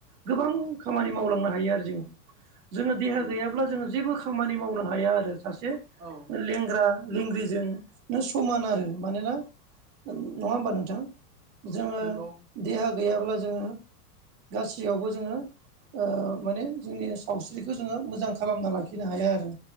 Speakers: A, on the right (about 60°); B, on the right (about 75°).
A: गोबां खामानि मावलांनो हायो आरो जों। जोङो देहा
B: नंगौ
A: गैयाब्ला जोङो जेबो खामानि मावनो हाया आरो सासे
B: औ।
A: लेंग्रा -लेंग्रिजों समान आरो मानोना नङा होमबा नोंथां? जोङो
B: नंगौ
A: देहा गैयाब्ला जोङो गासैयावबो जोङो माने जोंनि सावस्रिखौ जोङो मोजां खालामना लाखिनो हाया आरो।